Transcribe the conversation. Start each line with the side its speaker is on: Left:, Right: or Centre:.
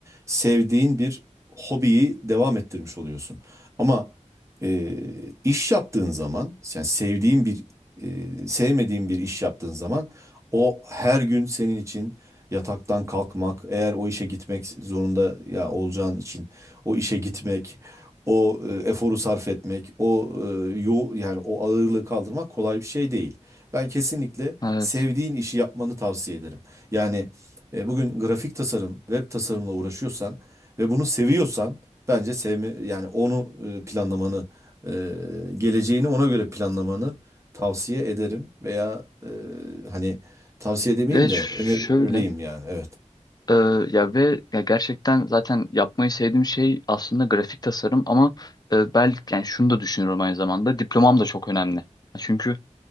Right: Sevdiğin bir hobiyi devam ettirmiş oluyorsun. Ama e, iş yaptığın zaman yani sevdiğin bir e, sevmediğin bir iş yaptığın zaman o her gün senin için yataktan kalkmak, eğer o işe gitmek zorunda ya olacağın için o işe gitmek O e, eforu sarf etmek, o e, yo yani o ağırlığı kaldırmak kolay bir şey değil. Ben kesinlikle
Left: Evet.
Right: sevdiğin işi yapmanı tavsiye ederim. Yani e, bugün grafik tasarım, web tasarımla uğraşıyorsan ve bunu seviyorsan bence sevme yani onu e, planlamanı, e, geleceğini ona göre planlamanı tavsiye ederim veya e, hani tavsiye demeyeyim
Left: Ve
Right: de
Left: ş-
Right: önereyim
Left: şöyle
Right: yani. Evet.
Left: e, ya ve ya gerçekten zaten yapmayı sevdiğim şey aslında grafik tasarım ama e, belki yani şunu da düşünüyorum aynı zamanda diplomam da çok önemli. Çünkü